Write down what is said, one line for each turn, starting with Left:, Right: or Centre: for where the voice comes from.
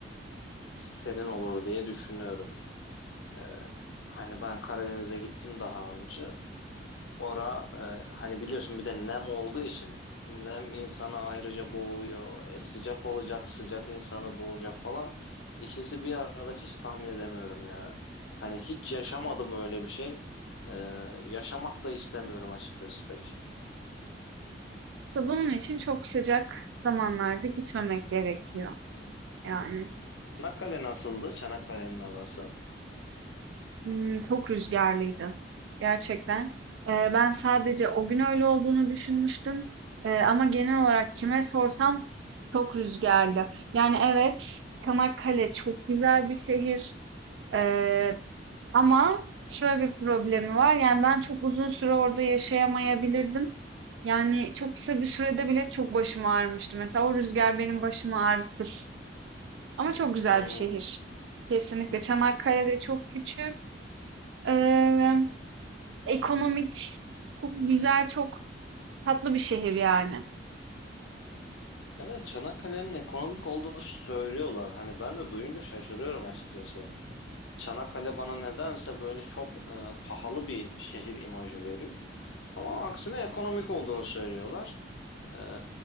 Left: e, serin olur diye düşünüyorum. E, hani ben Karadeniz'e gittim daha önce. Ora e, hani biliyorsun bir de nem olduğu için nem insanı ayrıca boğuyor. E, sıcak olacak, sıcak insanı boğacak falan. İkisi bir arada hiç tahmin edemiyorum ya. Hani hiç yaşamadım öyle bir şey. E, yaşamak da istemiyorum açıkçası pek.
Right: İşte bunun için çok sıcak zamanlarda gitmemek gerekiyor yani.
Left: Çanakkale nasıldı? Çanakkale'nin havası.
Right: Hımm, çok rüzgarlıydı gerçekten. Eee, ben sadece o gün öyle olduğunu düşünmüştüm, eee, ama genel olarak
Left: Hı.
Right: kime sorsam çok rüzgarlı. Yani evet, Çanakkale çok güzel bir şehir, eee, ama şöyle bir problemi var, yani ben çok uzun süre orada yaşayamayabilirdim. Yani çok kısa bir sürede bile çok başım ağrımıştı. Mesela o rüzgar benim başımı ağrıtır ama çok güzel
Left: Hmm.
Right: bir şehir. Kesinlikle. Çanakkale de çok küçük. Eee Ekonomik, çok güzel, çok tatlı bir şehir yani.
Left: Evet, Çanakkale'nin ekonomik olduğunu söylüyorlar. Hani ben de duyunca şaşırıyorum açıkçası. Çanakkale bana nedense böyle çok e, pahalı bir şehir imajı veriyor. Ama aksine ekonomik olduğunu söylüyorlar. Ee,